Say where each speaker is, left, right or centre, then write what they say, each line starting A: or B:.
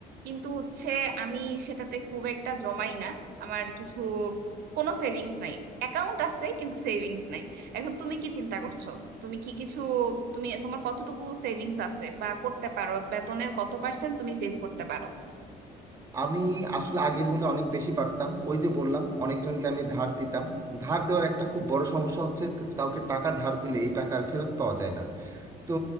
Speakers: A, on the right (about 70°); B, on the right (about 20°).
A: কিন্তু হচ্ছে আমি সেটাতে খুব একটা জমাই না আমার কিছু কোনো সেভিংস নাই অ্যাকাউন্ট আছে কিন্তু সেভিংস নাই এখন তুমি কি চিন্তা করছো তুমি কি কিছু তুমি তোমার কতটুকু সেভিংস আছে বা করতে পারো বেতনের কত পার্সেন্ট তুমি সেভ করতে পারো
B: আমি আসলে আগে হলে অনেক বেশি পারতাম ওই যে বললাম অনেকজনকে আমি ধার দিতাম ধার দেওয়ার একটা খুব বড় সমস্যা হচ্ছে কাউকে টাকা ধার দিলে এই টাকা আর ফেরত পাওয়া যায় না তো